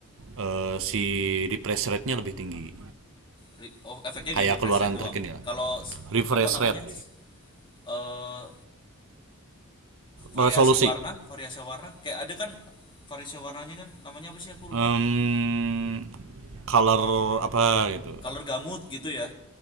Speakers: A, on the right (about 65°); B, on the left (about 25°).
A: eh, si refresh rate-nya lebih tinggi
B: Re- oh, efeknya
A: kayak
B: di refresh
A: keluaran
B: rate doang.
A: terkini lah
B: Kalau
A: refresh
B: apa namanya
A: rate
B: s- eh, variasi
A: resolusi
B: warna, variasi warna, kayak ada kan variasi warnanya kan, namanya apa sih aku lupa.
A: Em, color apa gitu
B: Color gamut gitu ya.